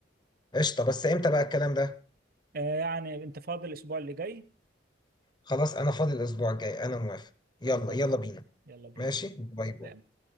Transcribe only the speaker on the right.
آه، يعني انت فاضي الاسبوع اللي جاي؟
طب تمام
يلا بينا
سلام